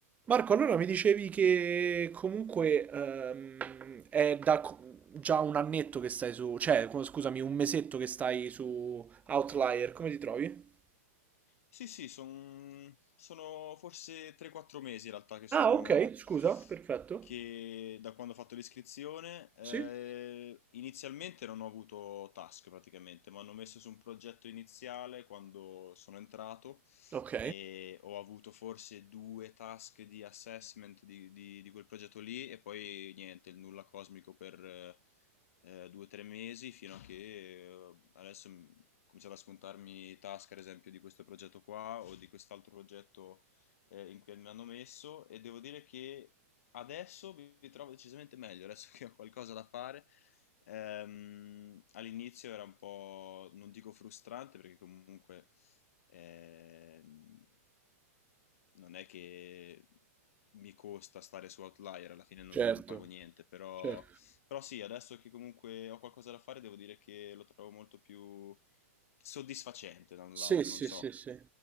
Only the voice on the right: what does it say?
Marco, allora mi dicevi che comunque ehm, è da co- già un annetto che stai su, cioè, co- scusami, un mesetto che stai su Outlier, come ti trovi?
Ah, ok, scusa, perfetto.
Sì?
Ok,
certo,
certo.
Sì,
sì,
sì, sì.